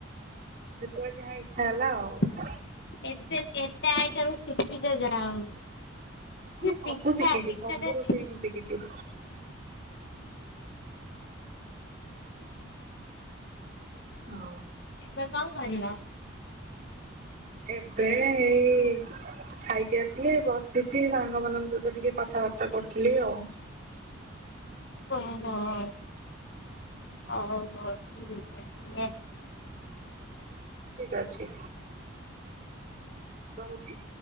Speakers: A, on the right (about 40°); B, on the left (about 55°).
A: ଯେତେବେଳେ ଯାହା ଇଚ୍ଛା ହେଲା ଆଉ।
B: ଏତେ, ଏତେ, ଏତେ ଆଇ ତମେ ଶିଖିଛ ଯା ହଉ।
A: ହଁ ମୁଁ
B: ପିଠା
A: ସବୁ ଶିଖିଛି
B: ପିଠା
A: ସବୁ
B: ଟା
A: ରୋଷେଇ
B: ଶିଖିବା
A: ମୁଁ ଶିଖିଛି। ହଁ।
B: ଏବେ କଣ କରିବ?
A: ଏବେ ଏଇ। ଖାଇକି ଆସିଲି ବସିଛି ସାଙ୍ଗ ମାନଙ୍କ ସହିତ ଟିକେ କଥାବାର୍ତ୍ତା କରୁଥିଲି ଆଉ।
B: ହଁ, ହଁ ହଉ ହ
A: ଠିକ ଅଛି ରହୁଛି।